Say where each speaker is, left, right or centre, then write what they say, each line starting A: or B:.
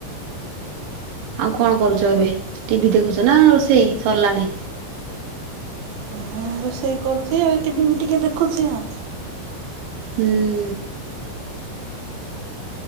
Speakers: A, on the right; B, on the right.
A: ଆଉ କଣ କରୁଚ ଏବେ ଟିଭି ଦେଖୁଛ ନା ରୋଷେଇ ସରିଲାଣି?
B: ହଁ ରୋଷେଇ କରୁଚି ଆଉ ଟିଭି ବି ଟିକେ ଦେଖୁଚି ଆଉ।
A: ହୁଁ।